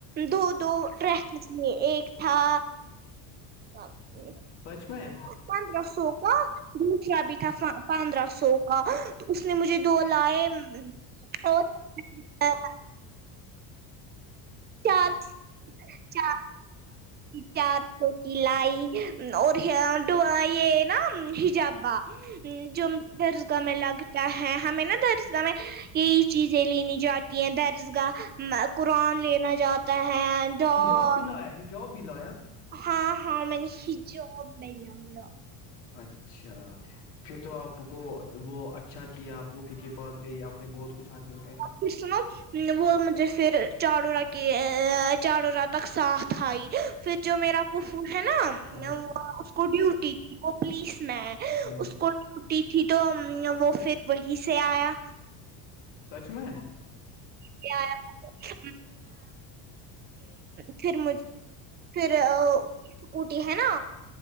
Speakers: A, on the right; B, on the left.
A: دو دو ڈریسز میں ایک تھا اپی
B: سچ میں
A: پندرہ سو کا بھی تھا پندرہ سو کا تو اس نے مجھے دو لائے <inaudible> چار چار چار تو کی لائی اور یہ نا ہجابا جو درسگاہ میں لگتا ہے ہمیں نا درسگاہ میں یہی چیزیں لینی جاتی ہیں درسگاہ قرآن لینا جاتا ہے ڈاٹ
B: شجواب بھی لایا شجواب بھی لایا
A: ہاں ہاں م نے ہجو بین ہو ل
B: اچھا پھر تو آپ کو وہ اچھا کیا آپ پوفی کے پاس گئی آپ نے بہت کچھ حاصل کیا
A: کشنااتھ وہ مجھے پھر چاار ر کے چاار ر تک ساتھ آئی پھر جو میرا پھو ہے نا
B: ہاں
A: وہ اس کو ڈیوٹی وہ پلیس میں اس
B: ہاں
A: کو وٹی تھی تو وہ پھر وہی سے آیا
B: سچ میں
A: کیا یہ پھر م پھر اسکٹی ہے نا